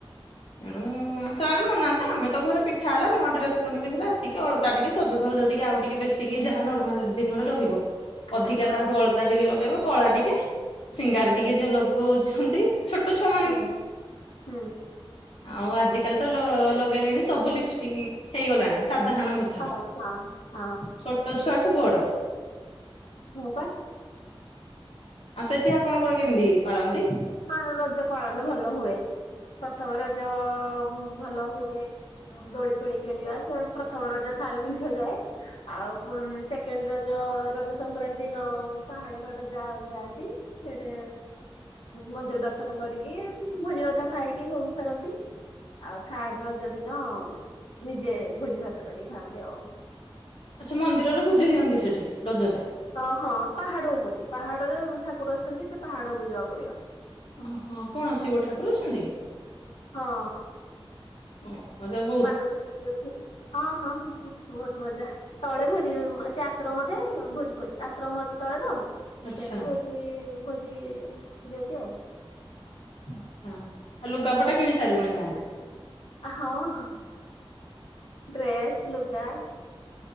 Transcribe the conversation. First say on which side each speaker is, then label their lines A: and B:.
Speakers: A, on the left (about 80°); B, on the left (about 70°).
A: ଏଣୁ ହୁଁ ସେମାନେ ମନାନ୍ତି ଆମେ ତ ଘରେ ପିଠା ହେଲା ନୂଆ ଡ୍ରେସ ଖଣ୍ଡେ ପିନ୍ଧିଲା ଏତିକି ଅଳତା ଟିକେ ସଜ ଧଜ ଟିକେ ଆଉ ଟିକେ ବେଶିକି ଯାହା ନର୍ମାଲ ଦିନରେ ରହିବ। ଅଧିକା
B: ହଁ
A: ତାଠୁ ଅଳତା ଟିକେ ଲଗେଇବ କଳା ଟିକେ ସିଙ୍ଗାରେ
B: ଆଚ୍ଛା
A: ଟିକେ
B: ଆଚ୍ଛା
A: ଯ ଲଗ କହୁଛନ୍ତି ଛୋଟ ଛୁଆ ମାନ୍
B: ହୁଁ ହୁଁ।
A: ଆଉ ଆଜିକାଲି ତ ଲ ଲଗେଇଲେଣି ସବୁ ଲିପଷ୍ଟିକ ହେଇଗଲାଣି ସାଧାରଣ ଘରେ
B: ହଉ ହଁ ହଁ।
A: ଛୋଟ ଛୁଆଠୁ ବଡ଼।
B: ହଁ ବା।
A: ଆ ସେଠି ଆପଣଙ୍କର କେମିତି ପାଳନ୍ତି?
B: କୁଆଁ ରଜ ପାଳନ ଭଲ ହୁଏ। ପ୍ରଥମ ରଜ ଭଲ ହୁଏ। ଅମ୍ ଦୋଳି ଫୋଳି ଖେଳିବା ସେ ପ୍ରଥମ ରଜ ଶାଢୀ ପିନ୍ଧା ଯାଏ। ଆଉ ପୁଣ ସେକେଣ୍ଡ ରଜ ରଜ ସଂକ୍ରାନ୍ତି ଦିନ ପାହାଡ ଫାହିଡ ଯା ଯାଆନ୍ତି। ସେଇଟେ ମନ୍ଦିର ଦର୍ଶନ କରିକି ଭୋଜି ଭାତ ଖାଇକି ଘରୁକୁ ଫେରନ୍ତି। ଆଉ ଥାର୍ଡ ରଜ ଦିନ ନିଜେ ଭୋଜି ଭାତ କରିକି ଖାଆନ୍ତି ଆଉ।
A: ଆଚ୍ଛା ମନ୍ଦିରରେ ଭୁଜି ଦିଅନ୍ତି ସେଠି ରଜରେ?
B: ଅ ହଁ ପାହାଡ ଉପରେ ପାହାଡରେ ଠାକୁର ଅଛନ୍ତି ସେ ପାହାଡକୁୁ ଯିବାକୁ ପଡିବ।
A: ଓହୋ କଣ ଶିବ ଠାକୁର ଅଛନ୍ତି?
B: ହଁ।
A: ଓ ମଦବ
B: ମାନସିକ କରିଥିଲି ହଁ ହଁ ବହୁତ ମଜା। ତଳେ ଭୋଜି ମ ସେ ଆଶ୍ରମଟେ ଭୋଜି ଫୋଜି ଆଶ୍ରମ ଅଛି ତଳେ ତ
A: ଆଚ୍ଛା।
B: ସେଇଠି ଭୋଜି ଫୋଜି ଦିଅନ୍ତି ଆଉ।
A: ଆଚ୍ଛା ଆ ଲୁଗାପଟା କିଣି ସାରିବନି ତାହେଲେ।
B: ହଁ ହଁ ଡ୍ରେସ୍, ଲୁଗା।